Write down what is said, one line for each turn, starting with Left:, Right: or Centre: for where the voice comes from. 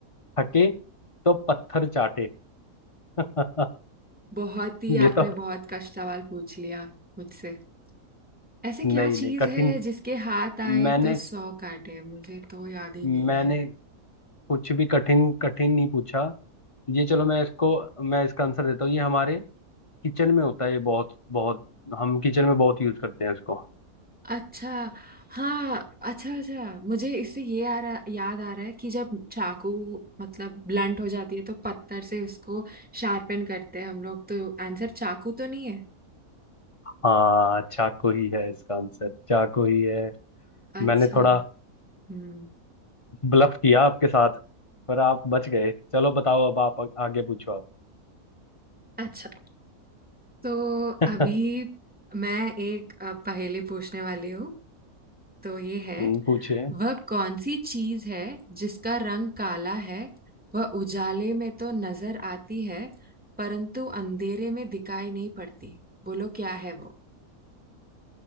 Left: थके तो पत्थर चाटे <laughs>
Centre: बहुत ही
Left: ये
Centre: आपने
Left: तो
Centre: बहुत कष्ट सवाल पूछ लिया मुझसे ऐसे क्या
Left: नहीं
Centre: चीज
Left: नहीं कठिन
Centre: है जिसके हाथ आए
Left: मैंने
Centre: तो सौ काटे मुझे तो याद ही
Left: मैंने
Centre: नहीं है।
Left: कुछ भी कठिन कठिन नहीं पूछा ये चलो मैं इसको मैं इसका आंसर देता हूँ ये हमारे किचन में होता है ये बहुत बहुत हम किचन में बहुत यूज करते हैं इसको
Centre: अच्छा हाँ अच्छा अच्छा मुझे इससे ये आ रहा याद आ रहा है कि जब चाकू मतलब ब्लंट हो जाती है तो पत्थर से उसको शार्पन करते हैं हम लोग तो आंसर चाकू तो नहीं है
Left: हाँ चाकू ही है इसका आंसर चाकू ही है
Centre: अच्छा
Left: मैंने थोड़ा
Centre: हम्म
Left: ब्लफ किया आपके साथ पर आप बच गए चलो बताओ अब आप आ- आगे पूछो आप
Centre: अच्छा तो
Left: <laughs>
Centre: अभी मैं एक अ, पहेली पूछने वाली हूँ तो ये है
Left: हम्म, पूछे
Centre: वह कौन सी चीज है जिसका रंग काला है वह उजाले में तो नजर आती है परंतु अंधेरे में दिखाई नहीं पड़ती बोलो क्या है वो